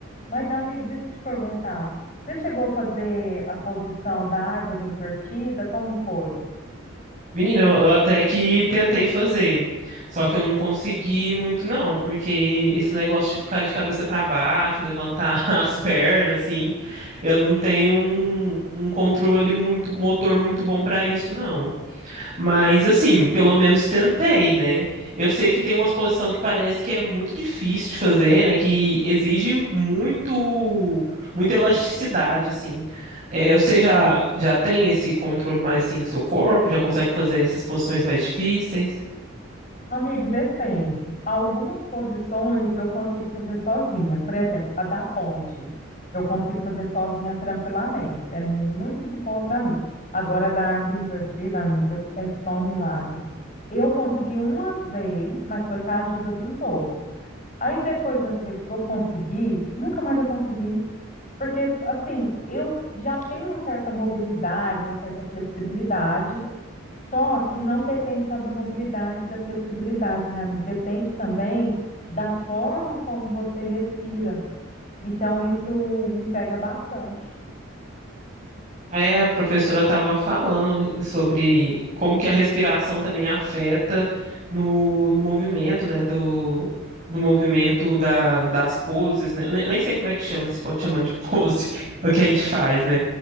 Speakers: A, on the left; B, on the right.
A: Mas, amiga, deixa eu te perguntar, você chegou a fazer a posição da árvore invertida? Como foi?
B: Menina, eu, eu até que tentei fazer, só que eu não consegui muito não, porque esse negócio de ficar de cabeça para baixo, levantar <laughs> as pernas, assim, eu não tenho um, um controle muito, motor muito bom para isso, não. Mas assim, pelo menos tentei, né? Eu sei que tem uma exposição que parece que é muito difícil de fazer, né? Que exige muito, muita elasticidade, assim. É, você já, já tem esse controle mais assim do seu corpo? Já consegue fazer essas posições mais difíceis?
A: Amigo, depende. Algumas posições eu consigo fazer sozinha. Por exemplo, a da ponte. Eu consigo fazer sozinha tranquilamente. É muito de boa para mim. Agora, a da árvore invertida, amiga, é só um milagre. Eu consegui uma vez, mas foi com a ajuda dos outros. Aí, depois dessa vez que eu consegui, nunca mais eu consegui. Porque, assim, eu já tenho uma certa mobilidade, uma certa flexibilidade, só que não depende só da mobilidade e da flexibilidade, né, amigo? Depende também da forma como você respira. Então, isso me pega bastante.
B: É, a professora estava falando sobre como que a respiração também afeta no, no movimento, né, do, do movimento da, das poses, né, nem, nem sei como é que chama, se pode chamar de pose, <laughs> o que a gente faz, né,